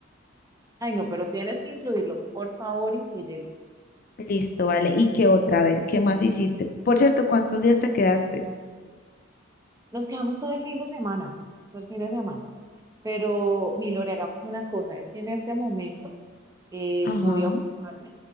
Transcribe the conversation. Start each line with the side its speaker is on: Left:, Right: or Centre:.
Right: Ay, no, pero tienes que incluirlo. Por favor, inclúyelo.
Left: Listo, vale. ¿Y qué otra? A ver, ¿qué más hiciste? Por cierto, ¿cuántos días te quedaste?
Right: Nos quedamos todo el fin de semana. Todo el fin de semana. Pero, Milore, hagamos una cosa, es que en este momento eh,
Left: Ajá.
Right: voy a ocuparme,